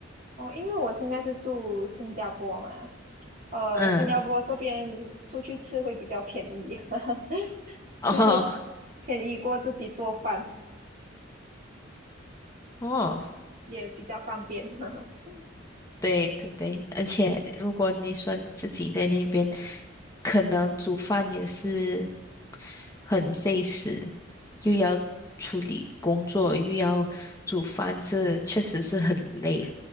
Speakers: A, on the right; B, on the left.
A: 哦。因为我现在是住新加坡嘛，呃，
B: 嗯，
A: 新加坡这边出去吃会比较便宜，<laughs>
B: 哦
A: 就是便宜过自己做饭，
B: 哦，
A: 也比较方便。<laughs>
B: 对对对，而且如果你说你自己在那边，可能煮饭也是很费时，又要处理工作，又要煮饭，这确实是很累。